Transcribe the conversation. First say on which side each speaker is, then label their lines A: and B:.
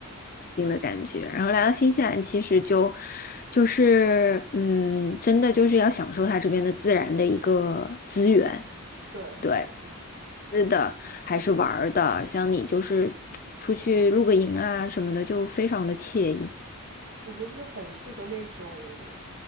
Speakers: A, on the left (about 40°); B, on the right (about 55°).
A: 感觉。然后来到新西兰，其实就就是嗯，真的就是要享受它这边的自然的一个资源，
B: 对对。
A: 对。吃的还是玩儿的，像你就是出去露个营啊什么的，就非常的惬意。
B: 我觉得就是很适合那种